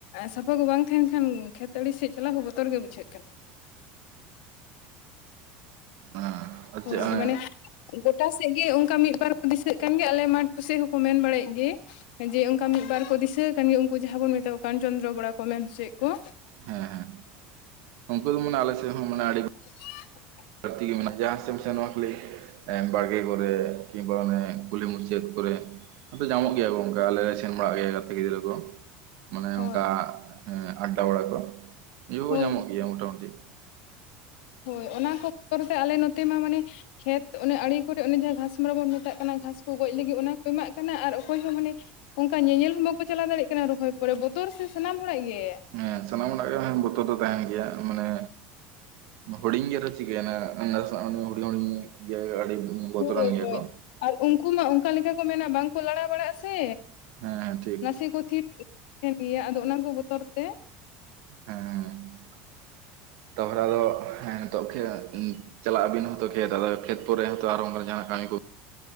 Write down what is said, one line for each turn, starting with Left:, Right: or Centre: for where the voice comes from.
Left: ᱥᱟᱯᱷᱟ ᱠᱚ ᱵᱟᱝ ᱛᱟᱦᱮᱱ ᱠᱷᱟᱱ ᱠᱷᱮᱛ ᱟᱲᱮ ᱥᱮᱫ ᱪᱟᱞᱟᱜ ᱦᱚᱸ ᱵᱚᱛᱚᱨ ᱜᱮ ᱵᱩᱡᱷᱟᱹᱜ ᱠᱟᱱᱟ᱾
Right: ᱦᱮᱸ ᱟᱨ
Left: ᱦᱳᱭ
Right: ᱪᱮᱫ ᱦᱮᱸ
Left: ᱢᱟᱱᱮ ᱜᱚᱴᱟ ᱥᱮᱫ ᱜᱮ ᱚᱝᱠᱟ ᱢᱤᱫᱵᱟᱨ ᱠᱚ ᱫᱤᱥᱟᱹᱜ ᱠᱟᱱ ᱜᱮᱭᱟ ᱟᱞᱮ ᱢᱟᱴ ᱠᱩ ᱥᱮᱫ ᱦᱚᱸᱠᱚ ᱢᱮᱱ ᱵᱟᱲᱟᱭᱮᱜ ᱜᱮ, ᱡᱮ ᱚᱝᱠᱟ ᱢᱤᱫᱵᱟᱨ ᱠᱚ ᱫᱤᱥᱟᱹ ᱠᱟᱱ ᱜᱮᱭᱟ ᱩᱱᱠᱩ ᱡᱟᱦᱟᱸ ᱵᱚᱱ ᱢᱮᱛᱟ ᱠᱚ ᱠᱟᱱ ᱪᱚᱱᱫᱨᱚ ᱵᱚᱲᱟ ᱠᱚ ᱢᱮᱱ ᱦᱚᱪᱚᱭᱮᱫ ᱠᱚᱣᱟ᱾
Right: ᱦᱮᱸ ᱦᱮᱸ ᱩᱱᱠᱩ ᱫᱚ ᱢᱟᱱᱮ ᱟᱞᱮ ᱥᱮᱫ ᱦᱚᱸ ᱢᱟᱱᱮ ᱟᱹᱰᱤ,
Left: <inaudible>
Right: ᱵᱟᱹᱲᱛᱤ ᱜᱮ ᱢᱮᱱᱟᱜᱼᱟ ᱡᱟᱦᱟᱸ ᱥᱮᱫ ᱮᱢ ᱥᱮᱱᱚᱜ ᱠᱷᱟᱞᱤ ᱵᱟᱲᱜᱮ ᱠᱚᱨᱮ ᱠᱤᱱᱵᱟ‌ ᱚᱱᱮ ᱠᱩᱞᱤ ᱢᱩᱪᱟᱹᱫ ᱠᱚᱨᱮ, ᱟᱫᱚ ᱧᱟᱢᱚᱜ ᱜᱮᱭᱟ ᱠᱚ ᱚᱱᱠᱟ ᱟᱞᱮ ᱥᱮᱱ ᱵᱟᱲᱟᱜ ᱜᱮᱭᱟ ᱜᱟᱛᱮ ᱜᱤᱫᱽᱨᱟᱹ ᱠᱚ ᱢᱟᱱᱮ
Left: ᱦᱳᱭ
Right: ᱚᱱᱠᱟ, ᱦᱮᱸ ᱟᱰᱟ ᱵᱟᱲᱟ ᱠᱚ ᱠᱤᱭᱟᱹ ᱦᱚᱸ
Left: ᱦᱳᱭ
Right: ᱧᱟᱢᱚᱜ
Left: ᱦᱳᱭ
Right: ᱜᱮᱭᱟ ᱢᱚᱴᱟ ᱢᱩᱴᱤ ᱾
Left: ᱦᱳᱭ ᱚᱱᱟ ᱠᱚ ᱯᱚᱨᱮᱛᱮ ᱟᱞᱮ ᱱᱚᱛᱮ ᱢᱟ ᱢᱟᱱᱮ, ᱠᱷᱮᱛ ᱚᱱᱟ ᱟᱲᱮ ᱠᱚᱨᱮ ᱚᱱ ᱡᱟᱦᱟᱸ ᱜᱷᱟᱥᱢᱟᱨᱟ ᱵᱚᱱ ᱢᱮᱛᱟᱜ ᱠᱟᱱᱟ ᱜᱷᱟᱸᱥ ᱠᱚ ᱜᱚᱡ ᱞᱟᱹᱜᱤᱫ ᱚᱱᱟ ᱠᱚ ᱮᱢᱟᱜ ᱠᱟᱱᱟ ᱟᱨ ᱚᱠᱚᱭᱦᱚᱸ ᱢᱟᱱᱮ ᱚᱱᱠᱟ ᱧᱮᱧᱮᱞ ᱦᱚᱸ ᱵᱟᱠᱚ ᱪᱟᱞᱟᱣ ᱫᱟᱲᱮᱜ ᱠᱟᱱᱟ ᱨᱚᱦᱚᱭ ᱯᱚᱨᱮ ᱵᱚᱛᱚᱨ ᱥᱮ ᱥᱟᱱᱟᱢ ᱦᱚᱲᱟᱜ ᱜᱮ᱾
Right: ᱦᱮᱸ ᱥᱟᱱᱟᱢ ᱦᱚᱲᱟᱜ ᱜᱮ ᱵᱚᱛᱚᱨ ᱫᱚ ᱛᱟᱦᱮᱱ ᱜᱮᱭᱟ ᱢᱟᱱᱮ ᱦᱩᱰᱤᱧ ᱜᱮ ᱨᱮᱚ ᱪᱤᱠᱟᱹᱭᱱᱟ <unintelligible> ᱦᱩᱰᱤᱧ ᱟᱹᱰᱤ ᱵᱚᱛᱚᱨᱟᱱ
Left: ᱦᱳᱭ
Right: ᱜᱮᱭᱟ
Left: ᱦᱳᱭ,
Right: ᱠᱚ
Left: ᱟᱨ ᱩᱱᱠᱩ ᱢᱟ ᱚᱱᱠᱟ ᱞᱮᱠᱟ ᱠᱚ ᱢᱮᱱᱟ ᱵᱟᱝᱠᱚ ᱞᱟᱲᱟᱣ ᱵᱟᱲᱟᱜᱼᱟ ᱥᱮ
Right: ᱦᱮᱸ ᱦᱮᱸ ᱴᱷᱤᱠ
Left: ᱱᱟᱥᱮ ᱠᱚ ᱛᱷᱤᱨ ᱛᱟᱦᱮᱱ ᱜᱮᱭᱟ ᱟᱫᱚ ᱚᱱᱟ ᱠᱚ ᱵᱚᱛᱚᱨ ᱛᱮ᱾
Right: ᱦᱮᱸ᱾ <inaudible> ᱛᱟᱯᱚᱨᱮ ᱟᱫᱚ ᱦᱮᱸ ᱱᱤᱛᱚᱜ <unintelligible> ᱪᱟᱞᱟᱜ ᱟᱵᱤᱱ ᱦᱚᱸᱛᱚ ᱠᱷᱮᱛ ᱟᱫᱚ ᱠᱷᱮᱛ ᱯᱚᱨᱮ ᱦᱚᱸᱛᱚ ᱟᱨ ᱚᱱᱠᱟᱱᱟᱜ ᱠᱟᱹᱢᱤ ᱠᱚ